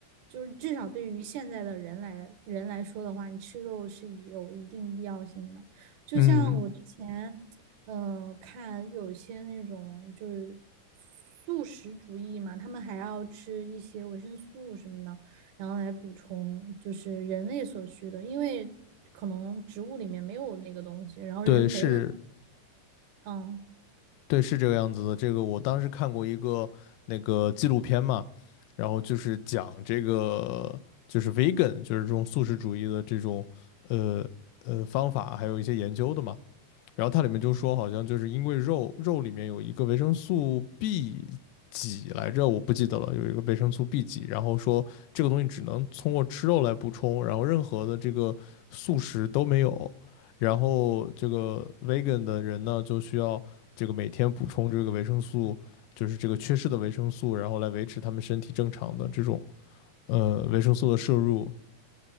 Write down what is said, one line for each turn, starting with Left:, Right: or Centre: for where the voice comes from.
Right: 就是至少对于现在的人来人来说的话，你吃肉是有一定必要性的。就像我之前。
Left: 嗯，
Right: 嗯、呃看有些那种就是素食主义嘛，他们还要吃一些维生素什么的，然后来补充就是人类所需的，因为可能植物里面没有那个东西，然后人没了，
Left: 对，是，
Right: 嗯。
Left: 对，是这个样子的。这个我当时看过一个那个纪录片嘛，然后就是讲这个就是 vegan，就是这种素食主义的这种呃呃方法，还有一些研究的嘛。然后它里面就说，好像就是因为肉肉里面有一个维生素 B 几来着，我不记得了，有一个维生素 B 几，然后说这个东西只能通过吃肉来补充，然后任何的这个素食都没有。然后这个 vegan 的人呢，就需要这个每天补充这个维生素，就是这个缺失的维生素，然后来维持他们身体正常的这种呃维生素的摄入。